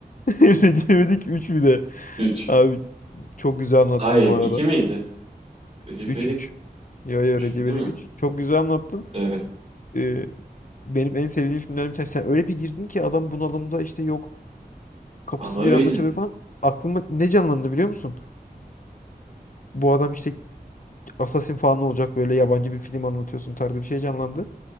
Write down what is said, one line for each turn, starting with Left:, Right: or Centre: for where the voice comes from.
Left: Recep İvedik üç bir de.
Right: 3.
Left: Abi çok güzel anlattın
Right: Hayır
Left: bu arada.
Right: 2 miydi? Recep
Left: üç
Right: İvedik
Left: üç Yo yo
Right: 3
Left: Recep
Right: değil
Left: İvedik
Right: mi?
Left: üç Çok güzel anlattın.
Right: Evet.
Left: Ee, benim en sevdiğim filmlerim bir tanesi. Sen öyle bir girdin ki adam bunalımda işte yok kapısı
Right: Ama
Left: bir
Right: öyle.
Left: anda çalıyor falan. Aklımda ne canlandı biliyor musun? Bu adam işte Assassin falan olacak böyle yabancı bir film anlatıyorsun tarzı bir şey canlandı.